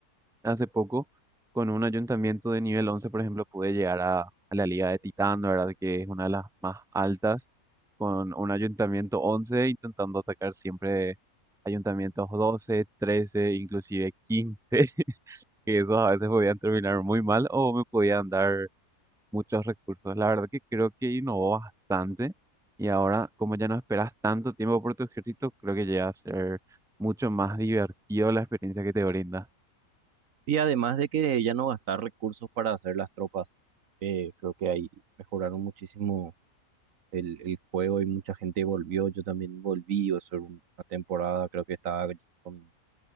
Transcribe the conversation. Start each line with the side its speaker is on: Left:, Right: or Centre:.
Centre: hace poco con un ayuntamiento de nivel 11 por ejemplo, pude llegar a, a la Liga de Titán, ¿verdad? Que es una de las más altas, con un ayuntamiento 11 intentando atacar siempre ayuntamientos 12 13 inclusive 15 <laughs> que esos a veces podían terminar muy mal o me podían dar muchos recursos. La verdad que creo que innovó bastante y ahora, como ya no esperas tanto tiempo por tu ejército, creo que llega a ser mucho más divertido la experiencia que te brinda.
Right: Y además de que ya no gastar recursos para hacer las tropas, eh, creo que ahí mejoraron muchísimo el, el juego y mucha gente volvió, yo también volví, o sea, una temporada creo que estaba con